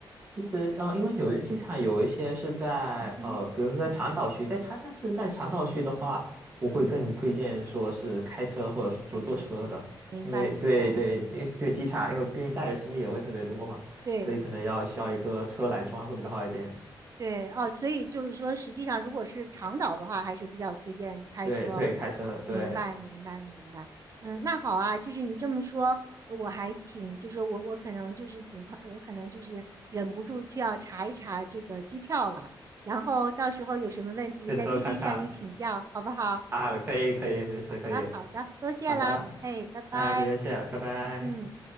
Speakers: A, on the right; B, on the right.
A: 其实呃，因为纽约机场有一些是在呃，
B: 嗯哼，
A: 比如说在长岛区，在长，但是在长岛区的话，我会更推荐说是开车或者说坐车的，
B: 嗯，开车是吧？明白，
A: 因为对对对对机场，
B: 明白，
A: 因为毕竟带的行李也会特别多嘛，
B: 对。
A: 所以可能要需要一个车来装会比较好一点。
B: 对哦，所以就是说，实际上如果是长岛的话，还是比较推荐开车。
A: 对对，开车对，
B: 明白，明白，明白。嗯，那好啊，就是你这么说，我还挺，就是我我可能就是尽快，我可能就是忍不住就要查一查这个机票了。然后到时候有什么问题再继续向你请教，
A: 可以多看看
B: 好不好？
A: 啊，可以可以，没事可以，
B: 好的，好的，多谢啦，
A: 好的，
B: 哎，拜拜，
A: 哎，不用谢，拜拜。
B: 嗯。